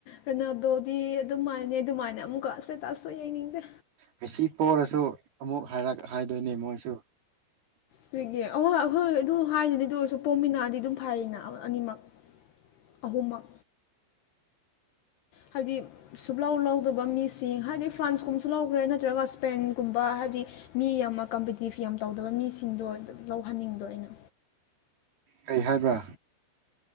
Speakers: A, on the left; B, on the right.
A: ꯔꯦꯅꯥꯜꯗꯣ ꯗꯤ ꯑꯗꯨ ꯃꯥꯏꯅꯦ ꯑꯗꯨꯃꯥꯏꯅ ꯑꯃꯨꯛꯀ ꯁ꯭ꯇꯦꯇꯁꯇꯣ ꯌꯦꯡꯅꯤꯡꯗꯦ
B: ꯃ‌ꯦꯁꯤ ꯄ‌ꯣꯔꯁꯨ ꯑꯃꯨꯛ ꯍꯥꯏꯔꯛ ꯍꯥꯏꯗꯣꯏꯅꯦ ꯃꯣꯏꯁꯨ
A: ꯀꯔꯤꯒꯤ ꯑꯣꯏ ꯍꯣꯏ ꯑꯗꯨ ꯍꯥꯏꯅꯤ ꯑꯗꯨ ꯑꯣꯏꯔꯁꯨ ꯄꯣꯃꯤꯟꯅꯔꯗꯤ ꯑꯗꯨꯝ ꯐꯩꯌꯦꯅ ꯑꯅꯤꯃꯛ ꯑꯍꯨ ꯃꯛ ꯍꯥꯏꯗꯤ ꯁꯨꯛꯂꯥꯎ ꯂꯧꯗꯕ ꯃꯤꯁꯤꯡ ꯍꯥꯏꯗꯤ ꯐ꯭ꯔꯥꯟꯁꯀꯨꯝꯕꯁꯨ ꯂꯧꯈ꯭ꯔꯦ ꯅꯠꯇ꯭ꯔꯒ ꯁ꯭ꯄꯦꯟꯒꯨꯝꯕ ꯍꯥꯏꯕꯗꯤ ꯃꯤ ꯌꯥꯝ ꯀꯝꯄꯤꯇꯤꯞ ꯌꯥꯝ ꯇꯧꯗꯕ ꯃꯤꯁꯤꯡꯗꯣ ꯑꯗꯨꯝ ꯂꯧꯍꯟꯅꯤꯡꯗꯣ ꯑꯩꯅ
B: ꯀꯩ ꯍꯥꯏꯕ